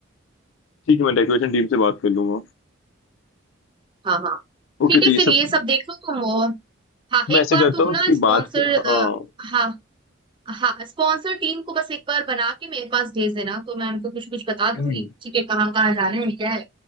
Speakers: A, on the left; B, on the right.
A: ठीक है मैं डेकोरेशन टीम से बात कर लूंगा
B: हाँ हाँ
A: ओके
B: ठीक
A: तो
B: है
A: ये
B: फिर
A: सब
B: ये सब देख लो तुम और हाँ
A: मैं
B: एक
A: ऐसे
B: बार
A: करता
B: तुम
A: हूँ
B: ना
A: कि
B: स्पॉन्सर
A: बात हाँ
B: हाँ हाँ स्पॉन्सर टीम को बस एक बार बना के मेरे पास भेज देना तो मैं उनको कुछ कुछ बता दूंगी
A: <clears throat>
B: ठीक है कहाँ कहाँ जाना है क्या है